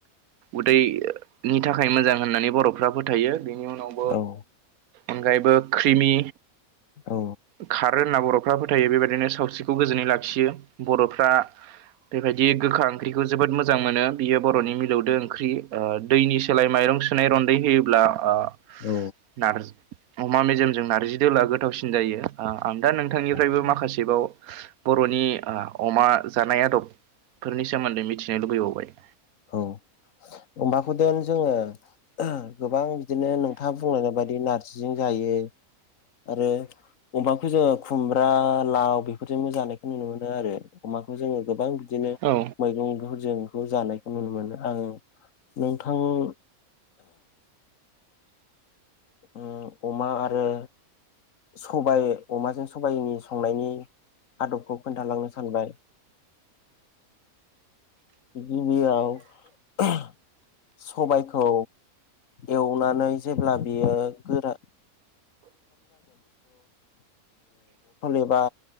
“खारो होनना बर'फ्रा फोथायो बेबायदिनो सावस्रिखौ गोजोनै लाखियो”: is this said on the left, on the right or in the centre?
Right